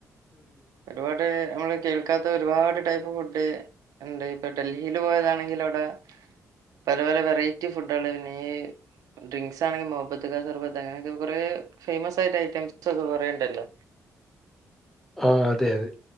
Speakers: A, on the right (about 85°); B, in the centre.
A: ഒരുപാട് നമ്മള് കേൾക്കാത്ത ഒരുപാട് ടൈപ്പ് ഫുഡ് ഉണ്ട് ഇപ്പൊ ഡൽഹിയിൽ പോയതാണെങ്കിൽ അവിടെ പല പല വെറൈറ്റി ഫുഡുകളാണ് പിന്നെ ഡ്രിങ്ക്സ് ആണെങ്കിൽ മോഹബത്ത് കാ സർബത്ത് അങ്ങനെയൊക്കെ കുറെ ഫേമസ് ആയിട്ട് ഐറ്റംസ് ഒക്കെ കൊറേ ഇണ്ടല്ലോ
B: ആഹാ അതെ അതെ